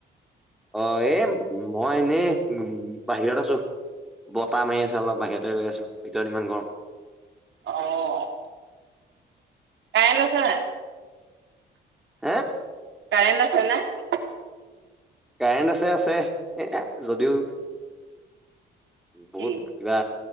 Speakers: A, in the centre; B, on the right.
A: অ' এ মই এনেই বাহিৰত আছো বতাহ মাৰি আছে। অলপ বাহিৰেতে ৰৈ আছো ভিতৰত ইমান গৰম।
B: অ' কাইন আছে নাই?
A: হে
B: কাৰেণ্ট আছে নাই?
A: কাৰেণ্ট আছে আছে। এ যদিও বহুত
B: কি
A: কিবা